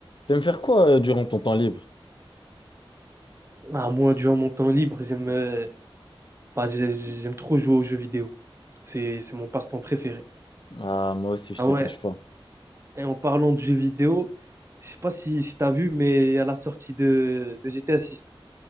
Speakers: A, on the left; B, on the right.
A: T'aimes faire quoi euh, durant ton temps libre?
B: Ah, moi, durant mon temps libre, j'aime euh, bah, j'ai- j'aime trop jouer aux jeux vidéo. C'est c'est mon passe-temps préféré.
A: Ah, moi aussi, je
B: Ah
A: te
B: ouais,
A: cache pas.
B: et en parlant de jeux vidéo, je sais pas si, si t'as vu, mais à la sortie de, de GTA 6,